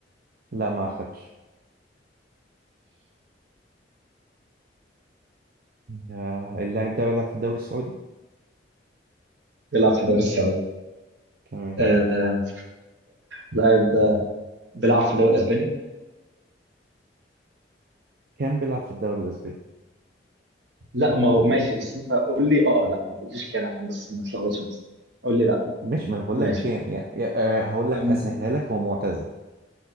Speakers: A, on the right; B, on the right.
A: لا ما أخدش آه، اللاعب ده بيلعب في الدوري السعودي
B: بيلعب في الدوري السعودي
A: تمام
B: آه، لاعب ده بيلعب في الدوري الاسباني
A: كان بيلعب في الدوري الاسباني
B: لا ما هو ماشي بس انت قول لي اه أو لا ما تقوليش كان عشان بس ما تلخبطش نفسك قول لي لا
A: مش ما انا بقول
B: ماشي
A: لك كان يعني آه، هقول لك
B: أم،
A: هسهلها لك هو معتزل